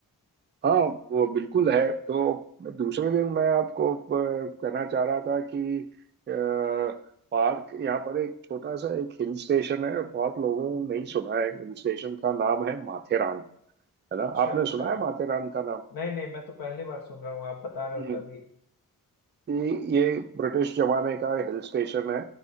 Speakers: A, on the right; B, on the left.
A: हाँ वो बिल्कुल है तो दूसरे दिन मैं आपको अ, कहना चाह रहा था कि अ, पार्क यहाँ पर एक छोटा सा एक हिल स्टेशन है बहुत लोगों ने नहीं सुना है हिल स्टेशन का नाम है माथेरान है ना
B: अच्छा
A: आपने
B: अच्छा
A: सुना है माथेरान का
B: नहीं नहीं मैं तो पहली बार सुन रहा हूँ आप बता रहे हो
A: नाम
B: तभी
A: कि ये ब्रिटिश जमाने का हिल स्टेशन है